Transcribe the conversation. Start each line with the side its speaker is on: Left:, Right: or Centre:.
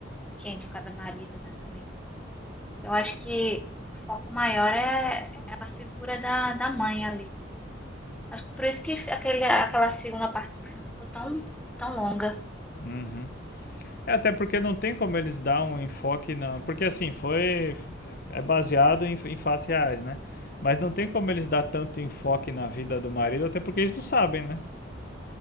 Centre: que é, no caso é marido, né, também. Eu acho que o foco maior é, é a figura da, da mãe ali. Acho que por isso que aquele, aquela segunda parte do filme ficou tão, tão longa.
Left: Uhum. É, até porque não tem como eles dar um enfoque na. Porque assim, foi. É baseado em, em fatos reais, né? Mas não tem como eles dar tanto enfoque na vida do marido, até porque eles não sabem, né?